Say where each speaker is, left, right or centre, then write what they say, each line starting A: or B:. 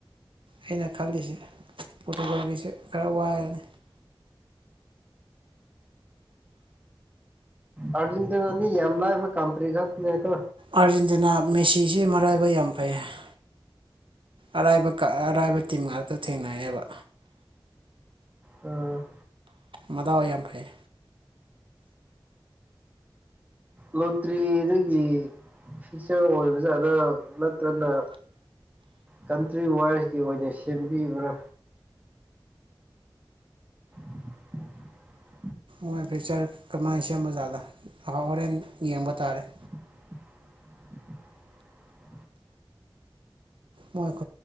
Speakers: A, on the right; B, on the right.
A: ꯑꯩꯅ ꯈꯜꯂꯤꯁꯦ ꯐꯣꯇꯣꯒ꯭ꯔꯥꯐꯤꯁꯤꯦ ꯈꯔ ꯋꯥꯏꯔꯅꯤ
B: ꯑꯔꯖꯦꯟꯇꯅꯥꯅꯤ ꯌꯦꯂ ꯀꯟꯇ꯭ꯔꯤ ꯈꯥꯀꯣ
A: ꯑꯥꯔꯖꯦꯟꯇꯤꯅꯥ ꯃꯦꯁꯤꯁꯤ ꯃꯔꯥꯏꯕ ꯌꯥꯝ ꯐꯩ ꯍꯥꯏ ꯑꯔꯥꯏꯕ ꯑꯔꯥꯏꯕ ꯇꯤꯝ ꯉꯥꯛꯇ ꯊꯦꯡꯅꯩꯑꯌꯦꯕ
B: ꯑꯝ
A: ꯃꯗꯥ ꯑꯣꯏ ꯌꯥꯝ ꯐꯩ
B: ꯂꯣꯇ꯭ꯔꯤꯗꯒꯤ ꯐꯤꯆꯔ ꯑꯣꯏꯕꯖꯥꯠꯅ ꯅꯠꯇ꯭ꯔꯅ ꯀꯟꯇ꯭ꯔꯤ ꯋꯥꯔꯁꯀꯤ ꯑꯣꯏꯅ ꯁꯦꯝꯕꯤꯕ꯭ꯔꯥ <inaudible>
A: ꯍꯣꯏ ꯐꯤꯌꯨꯆꯔ ꯀꯃꯥꯏꯅ ꯁꯦꯝꯕꯖꯥꯠꯗꯥꯎ ꯍꯣꯔꯦꯟ ꯌꯦꯡꯕ ꯇꯥꯔꯦ
B: <inaudible>
A: ꯃꯣꯏ <inaudible>